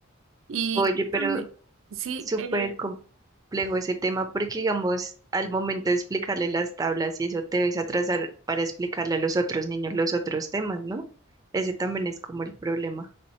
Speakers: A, on the right; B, on the right.
A: Y
B: Oye,
A: cuéntame,
B: pero
A: sí,
B: súper
A: eh,
B: complejo ese tema porque, digamos, al momento de explicarle las tablas y eso te ves atrasar para explicarle a los otros niños los otros temas, ¿no? Ese también es como el problema.